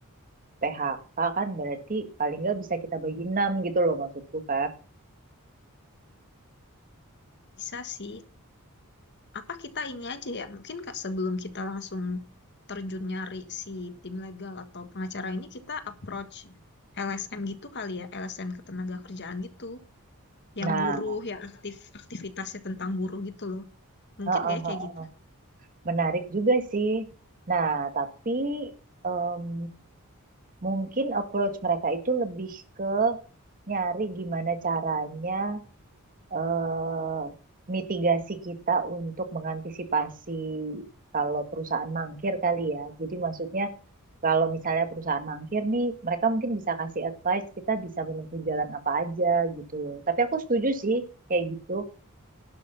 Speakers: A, on the right; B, on the left.
A: PHK kan berarti paling nggak bisa kita bagi enam gitu loh maksudku Feb.
B: Bisa sih Apa kita ini aja ya, mungkin Kak sebelum kita langsung terjun nyari si tim legal atau pengacara ini, kita approach LSM gitu kali ya, LSM ketenaga kerjaan gitu,
A: Nah,
B: yang buruh, yang aktif aktivitasnya tentang buruh gitu loh. Mungkin
A: heeh.
B: kayak
A: heeh.
B: kayak gitu.
A: Menarik juga sih. Nah, tapi em, mungkin approach mereka itu lebih ke nyari gimana caranya eh, mitigasi kita untuk mengantisipasi kalau perusahaan mangkir kali ya. Jadi maksudnya kalau misalnya perusahaan mangkir nih, mereka mungkin bisa kasih advice kita bisa menempuh jalan apa aja gitu loh. Tapi aku setuju sih kayak gitu.